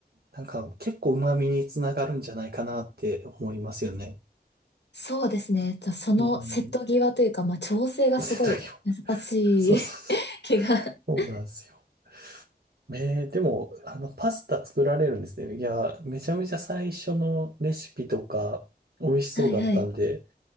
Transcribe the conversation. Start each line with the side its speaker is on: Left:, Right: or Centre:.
Right: なんか、結構旨味につながるんじゃないかなって思いますよね。
Left: そうですね。じゃあその瀬戸際というか、
Right: うん。
Left: まあ調整がすごい難しい
Right: 瀬戸際。<laughs> そうそうそう。
Left: <laughs> 気が。
Right: そうなんですよ。
Left: <laughs>
Right: えー、でも、あの、パスタ作られるんですね。いや、めちゃめちゃ最初のレシピとか、美味しそうだったんで、
Left: はいはい。